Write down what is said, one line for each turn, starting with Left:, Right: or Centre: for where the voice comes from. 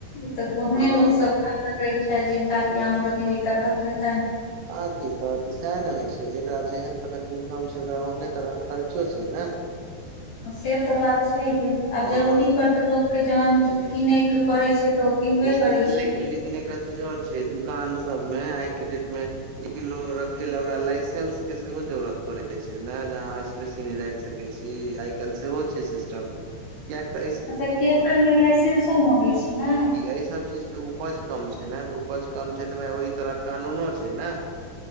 Left: तऽ ओहने
Right: हँ
Left: लोक सभ खा सकैत छै जिनका कऽ आमदनी ओहि तरह के हेतनि
Right: आगी तऽ तऽ सएह ने होई छै जेकरा जेहन तरहक इनकम छै ओकरा ओहने तरहक खर्चो छै ने
Left: <inaudible> से तऽ बात छैहे आब
Right: हँ
Left: जरूरी पर तऽ लोक के जहन किनय के पड़ै छै तऽ ओ किनबे
Right: लेकिन
Left: करे छै
Right: लेकिन लेकिन एकटा चीज और छै दुकान सभ मे आइ के डेट मे एक किलो रखे ले ओकरा लाइसेस के सेहो जरूरत पड़े छै ने जे अहाँ से बेसी नहि राखि सकय सकै छी आई काल सेहो छै सिस्टम।
Left: <inaudible>
Right: कियाकि
Left: अच्छा केसर मे लाइसेसो मंगै छै न
Right: य सभ चीज के उपज कम छै ने तऽ उपज कम छै तऽ भाय ओहि तरह कानूनो छै ने,